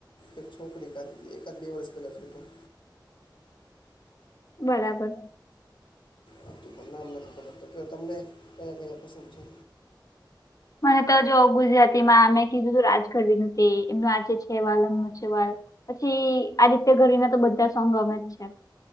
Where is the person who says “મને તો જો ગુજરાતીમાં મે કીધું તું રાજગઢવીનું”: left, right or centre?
Left